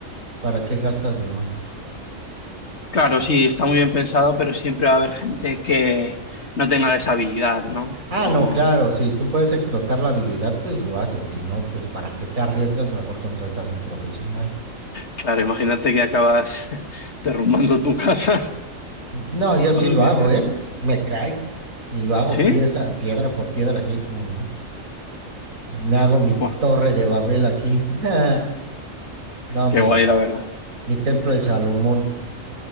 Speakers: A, on the right; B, on the left.
A: ¿Para qué gastas de más?
B: Claro, sí, está muy bien pensado, pero siempre va a haber gente que no tenga esa habilidad, ¿no?
A: Ah,
B: O,
A: no, claro, si tú puedes explotar la habilidad, pues lo haces, si no, pues para qué te arriesgas, mejor contratas un profesional.
B: claro, imagínate que acabas <laughs> derrumbando tu casa <laughs>
A: No, yo
B: o
A: sí
B: lo
A: lo
B: que
A: hago,
B: sea.
A: ¿eh? Me cae y lo hago
B: ¿Sí?
A: pieza, piedra por piedra, así como no. Me hago mi
B: Buah,
A: torre de Babel aquí. <laughs> No, mi,
B: qué guay, la verdad.
A: mi templo de Salomón.